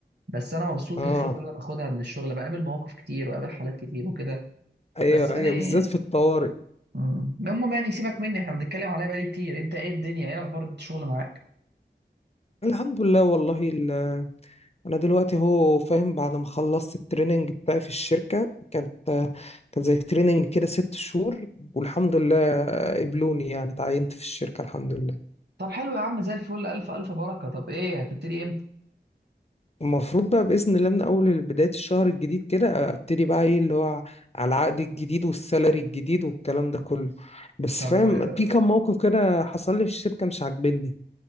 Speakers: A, on the right; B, on the left.
A: بس انا مبسوط
B: اه
A: بالخبره اللي انا باخدها من الشغل بقابل مواقف كتير وقابل حالات كتير وكده
B: ايوه
A: بس
B: ايوه
A: يعني
B: بالذات في الطوارئ
A: مم. المهم يعني سيبك مني احنا بنتكلم عليها بقالي كتير انت ايه الدنيا ايه اخبار الشغل معاك
B: الحمد لله والله ال- انا دلوقتي هو فاهم بعد ما خلصت التريننج بتاعي في الشركه كانت كان زي تريننج كده ست شهور والحمد لله قبلوني يعني تعينت في الشركه الحمد لله
A: طب حلو يا عم زي الفل الف الف بركه طب ايه هتبتدي امتى
B: المفروض بقى بإذن الله من أول بداية الشهر الجديد كده أبتدي بقى إيه اللي هو على العقد الجديد والسالري الجديد والكلام ده كله بس
A: طب
B: فاهم
A: و...
B: في كام موقف كده حصل لي في الشركة مش عاجبني